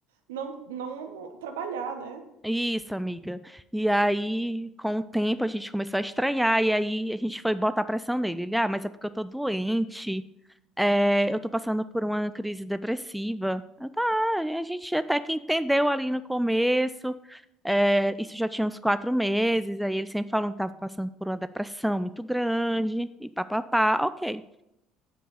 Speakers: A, on the right; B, in the centre.
A: não, não trabalhar, né?
B: Isso, amiga. E aí, com o tempo, a gente começou a estranhar, e aí a gente foi botar pressão nele. Ele, ah, mas é porque eu tô doente, é, eu tô passando por uma crise depressiva. Eu, tá, a gente até que entendeu ali no começo, é, isso já tinha uns quatro meses, aí ele sempre falou que tava passando por uma depressão muito grande, e papapá, ok.